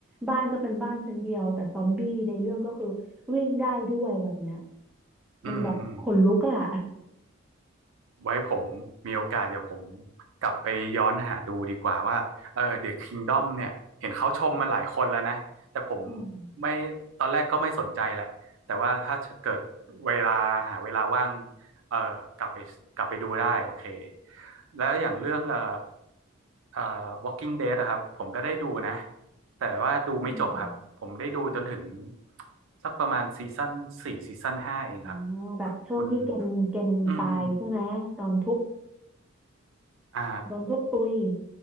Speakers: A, in the centre; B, on the right.
A: บ้านก็เป็นบ้านชั้นเดียวแต่ซอมบี้ในเรื่องก็คือวิ่งได้ด้วยแบบเนี้ย
B: อืมอืม
A: มันแบบขนลุกอ่ะ
B: ไว้ผมมีโอกาสเดี๋ยวผมกลับไปย้อนหาดูดีกว่าว่าเออ The Kingdom เนี่ยเห็นเขาชมมาหลายคนแล้วนะแต่ผม
A: อืม
B: ไม่ตอนแรกก็ไม่สนใจแหละแต่ว่าถ้าเกิดเวลาหาเวลาว่างเออกลับไปกลับไปดูได้โอเคแล้วอย่างเรื่องเออเออ Walking Dead นะครับผมก็ได้ดูนะแต่ว่าดูไม่จบครับผมได้ดูจนถึง
A: อืม
B: สักประมาณซีซั่นสี่ซีซั่นห้าเองครับ
A: อ่าแบบช่วงที่เกณฑ์เกณฑ์ตายใช่ไหมตอนทุบ
B: คุณอืมอ่า
A: โดนทุบตุย